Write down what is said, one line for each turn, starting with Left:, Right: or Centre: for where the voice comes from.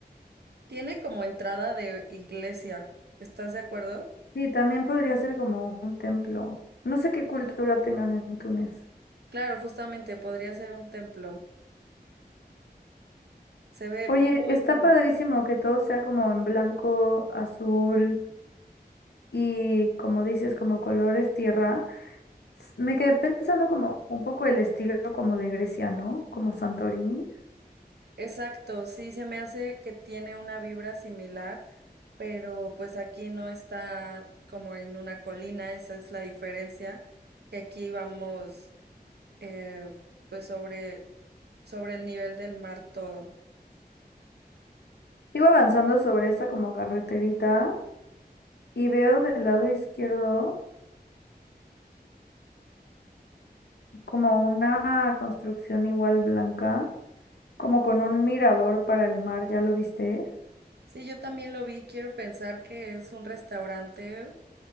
Right: Tiene como entrada de iglesia. ¿Estás de acuerdo?
Left: Sí, también podría ser como un templo. No sé qué cultura tengan en Túnez.
Right: Claro, justamente podría ser un templo. Se ve
Left: Oye,
Right: muy
Left: está
Right: bonito.
Left: padrísimo que todo sea como en blanco, azul y como dices, como colores tierra. Me quedé pensando como un poco el estilo como de Grecia, ¿no? Como Santorini.
Right: Exacto, sí, se me hace que tiene una vibra similar, pero pues aquí no está como en una colina, esa es la diferencia, que aquí vamos eh, pues sobre, sobre el nivel del mar todo.
Left: Sigo avanzando sobre esa como carreterita y veo del lado izquierdo como una construcción igual blanca, como con un mirador para el mar, ¿ya lo viste?
Right: Sí, yo también lo vi, quiero pensar que es un restaurante